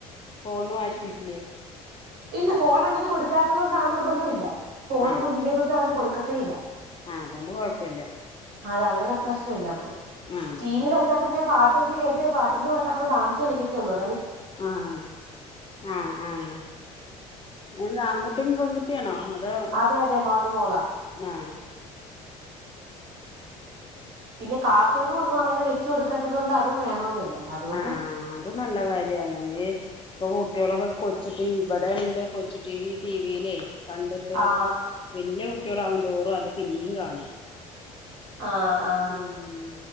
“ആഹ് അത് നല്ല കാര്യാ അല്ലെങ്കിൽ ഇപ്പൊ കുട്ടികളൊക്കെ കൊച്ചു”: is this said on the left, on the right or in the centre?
Left